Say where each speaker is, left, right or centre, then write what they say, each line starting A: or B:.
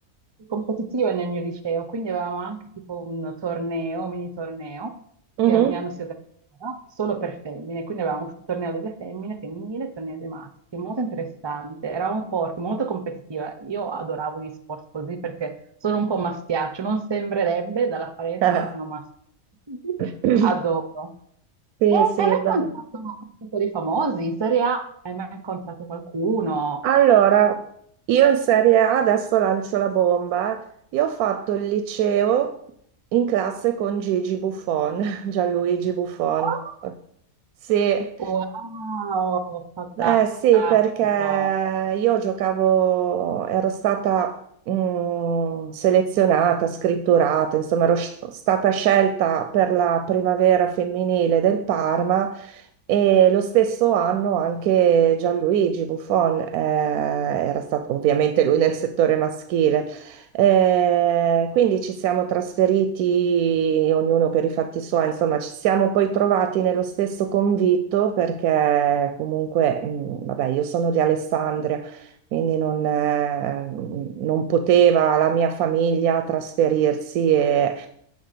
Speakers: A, on the right (about 40°); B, on the right (about 85°).
A: competitive nel mio liceo, quindi avevamo anche tipo un torneo, un mini torneo,
B: Mhm.
A: che ogni anno si organizzava solo per femmine, quindi avevamo il torneo delle femmine, femminile, e il torneo dei maschi, molto interessante, eravamo forti, molto competitiva. Io adoravo gli sport così perché sono un po' maschiaccio, non sembrerebbe dall'apparenza,
B: Ah.
A: ma io sono maschio. <laughs>
B: <laughs>
A: Adoro.
B: Sì,
A: Eh, hai
B: sì,
A: mai
B: beh.
A: incontrato un po' di famosi? In Serie A hai mai incontrato qualcuno?
B: Allora, io in Serie A adesso lancio la bomba. Io ho fatto il liceo in classe con Gigi Buffon, <laughs> Gianluigi Buffon.
A: Wow,
B: Sì,
A: Wow, fantastico.
B: Eh sì, perché io giocavo, ero stata mm, selezionata, scritturata, insomma, ero sc- stata scelta per la primavera femminile del Parma e lo stesso anno anche Gianluigi Buffon eh, era stato, ovviamente lui nel settore maschile, eh, quindi ci siamo trasferiti, ognuno per i fatti suoi, insomma, ci siamo poi trovati nello stesso convitto perché comunque, mh, vabbè, io sono di Alessandria, quindi non, eh, non poteva la mia famiglia trasferirsi e